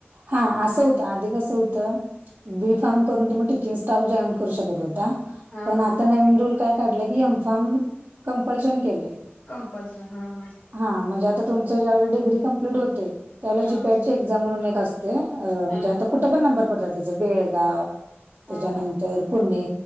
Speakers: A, on the right; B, on the left.
A: हा असं होत आधी कस होत बी फार्म करून तुम्ही टीचिंग स्टाफ जॉईन करू शकत होता
B: हा
A: पण
B: हा
A: आता नवीन रूल काय काढलय की एमफार्म कंपल्शन केलय
B: कंपल्शन हा हा..
A: हा म्हणजे आता तुमच ज्यावेळी डिग्री कंम्प्लीट होते त्यावेळेला
B: हा
A: जी पॅट ची एक्झाम म्हणून एक ते म्हणजे
B: हा
A: आता
B: हा
A: कुठं पण नंबर पडतात त्याच बेळगाव
B: हा
A: त्याच्यानंतर
B: हा
A: पुणे